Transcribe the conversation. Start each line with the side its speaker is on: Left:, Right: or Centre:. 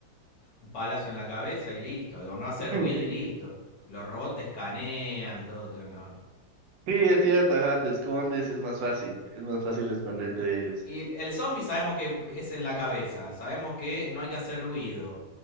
Left: un palazo en la cabeza y listo. O no hace
Right: <laughs>
Left: ruido y listo. Los robots te escanean, todo. No, no.
Right: Sí, es cierto, ajá, te escondes, es más fácil, es más fácil esconderte de ellos.
Left: Y el zombie sabemos que es en la cabeza. Sabemos que no hay que hacer ruido.